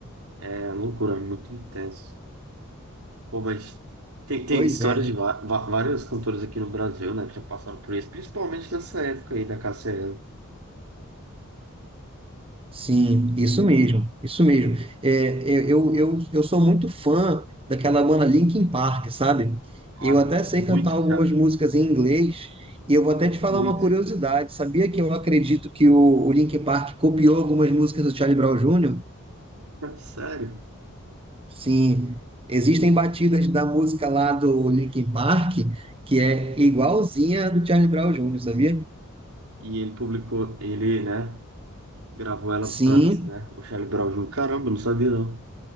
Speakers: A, on the right; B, on the right.
A: é loucura, é muito intenso. Pô, mas tem, tem
B: Pois
A: história
B: é. né?
A: de va- va- várias cantoras aqui no Brasil, né, que já passaram por isso, principalmente nessa época aí da Cassiane.
B: Sim, isso mesmo, isso mesmo. É, eu, eu, eu, eu sou muito fã daquela banda Linkin Park, sabe? Eu
A: Ah, não,
B: até
A: eu curto
B: sei cantar
A: muito,
B: algumas
A: cara,
B: músicas em inglês, e eu vou até
A: curto
B: te falar
A: muito.
B: uma curiosidade. Sabia que eu acredito que o, o Linkin Park copiou algumas músicas do Charlie Brown Jr.?
A: <laughs> Sério.
B: Sim, existem batidas da música lá do Linkin Park que é igualzinha a do Charlie Brown Jr., sabia?
A: E ele publicou, ele, né, gravou ela
B: Sim,
A: antes, né, o Charlie Brown Jr. Caramba, não sabia não.